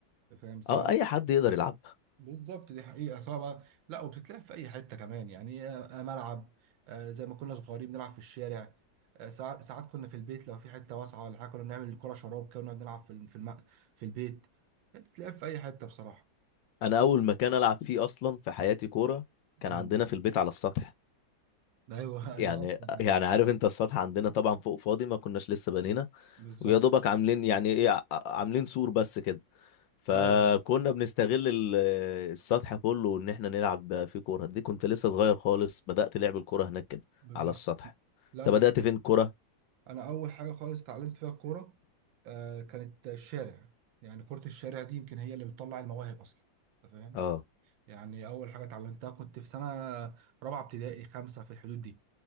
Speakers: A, on the right; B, on the left.
A: فاهم سواء
B: او اي حد يقدر يلعبها
A: بالظبط دي حقيقة سواء بقى لا وبتتلعب في أي حتة كمان يعني آه، آه، ملعب آه، زي ما كنا صغيرين بنلعب في الشارع آه، ساعات ساعات كنا في البيت لو في حتة واسعة ولا حاجة كنا بنعمل الكرة شراب كده ونقعد نلعب في الم- في الم... في البيت بتتلعب في أي حتة بصراحة
B: انا اول مكان العب فيه اصلا في حياتي كوره كان
A: مم.
B: عندنا في البيت على السطح
A: ايوه <laughs> ايوه
B: يعني
A: أصلا يعني
B: يعني عارف انت السطح عندنا طبعا فوق فاضي ما كناش لسه بنينا
A: بالظبط
B: ويا دوبك عاملين يعني ايه ع- عاملين سور بس كده فكنا
A: أيوه
B: بنستغل ال- السطح كله ان احنا نلعب فيه كوره دي كنت لسه صغير خالص بدأت لعب الكوره هناك كده
A: بالظبط
B: على السطح
A: لو
B: انت بدأت
A: اتل-
B: فين كوره
A: أنا أول حاجة خالص اتعلمت فيها الكورة آه، كانت الشارع يعني كرة الشارع دي يمكن هي اللي بتطلع المواهب أصلا أنت فاهم
B: اه
A: يعني اول حاجه اتعلمتها كنت في سنه رابعه ابتدائي خمسه في الحدود دي